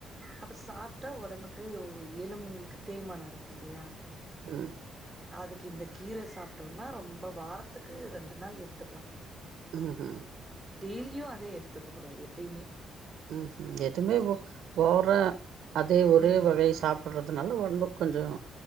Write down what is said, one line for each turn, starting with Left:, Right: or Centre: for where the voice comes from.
Centre: அப்ப சாப்ட்டா ஒடம்புக்கு எலும்புங்களுக்கு தேய்மானோ இருக் குல்லியா
Right: ம்
Centre: அதுக்கு இந்த கீர சாப்ட்டோனா ரொம்ப வாரத்துக்கு ரெண்டு நாள் எடுத்துக்கலா
Right: ம்ஹூம்
Centre: டேலியு அதே எட்த்துக்க கூடாது எப்பயுமே
Right: ம்ஹூம் எதுமே ஓ ஓவரா அதே ஒரே
Centre: ம்
Right: வகையை சாப்பிட்றதுனால ஒடம்புக்கு கொஞ்சோ